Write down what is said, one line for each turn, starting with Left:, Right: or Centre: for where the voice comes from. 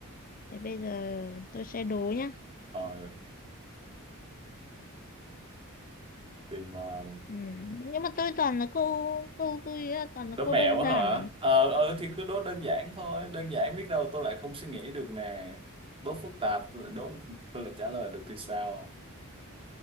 Left: thế bây giờ tôi sẽ đố nhá.
Right: rồi tìm uh,
Left: Ừ. Nhưng mà tôi toàn là câu câu tôi á, toàn là
Right: đố
Left: câu
Right: mẹo
Left: đơn
Right: á
Left: giản
Right: hả
Left: lắm.
Right: ờ ừ, thì cứ đố đơn giản thôi đơn giản biết đâu tôi lại không suy nghĩ được nè đố phức tạp tôi lại đố tôi lại trả lời được thì sao